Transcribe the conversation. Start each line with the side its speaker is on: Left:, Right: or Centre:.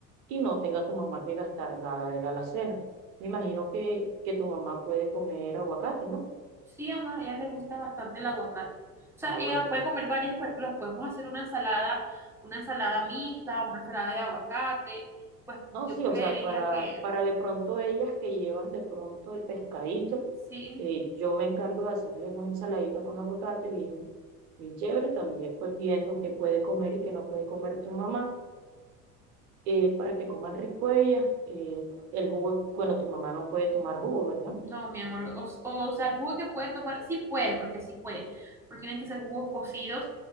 Right: y no tenga tu mamá que gastar nada de la alacena. Me imagino que, que tu mamá puede comer aguacate, ¿no?
Centre: Sí, amor, a ella le gusta bastante el aguacate. O sea,
Right: Ah,
Centre: ella
Right: bueno, entonces
Centre: puede comer varias verduras. Podemos hacer una ensalada, una ensalada mixta, una ensalada de aguacate. Pues
Right: No,
Centre: yo
Right: sí, o
Centre: creería
Right: sea, para,
Centre: que
Right: para de pronto ellas que llevan de pronto el pescadito,
Centre: sí.
Right: eh, yo me encargo de hacerles una ensaladita con aguacate bien, bien chévere, también pues viendo qué puede comer y qué no puede comer tu mamá, eh, para que coman rico ellas. eh, el jugo, bueno, tu mamá no puede tomar jugo, ¿verdad?
Centre: No, mi amor, o, o sea, el jugo que puede tomar, sí puede, porque sí puede, pero tienen que ser jugos cocidos